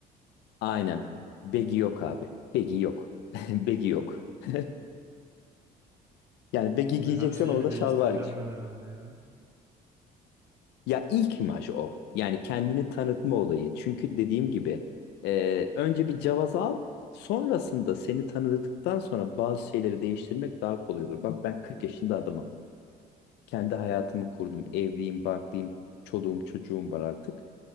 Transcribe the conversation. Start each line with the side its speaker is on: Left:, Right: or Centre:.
Left: aynen. Begi yok abi. Begi yok. <laughs> Begi yok. <laughs> Yani begi
Right: Abi
Left: giyeceksen
Right: her şeyimi
Left: orada
Right: değiştireceğim
Left: şal var.
Right: ben herhalde ya.
Left: Ya ilk imaj o. Yani kendini tanıtma olayı. Çünkü dediğim gibi e, önce bir cevaz al. Sonrasında seni tanıdıktan sonra bazı şeyleri değiştirmek daha kolay olur. Bak ben 40 yaşında adamım. Kendi hayatımı kurdum. Evliyim, barklıyım, çoluğum, çocuğum var artık.